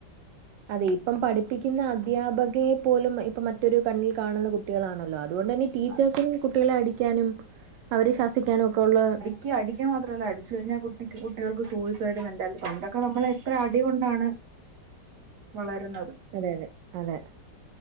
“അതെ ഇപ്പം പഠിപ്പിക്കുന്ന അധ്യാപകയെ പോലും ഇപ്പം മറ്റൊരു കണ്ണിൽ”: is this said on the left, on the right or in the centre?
Right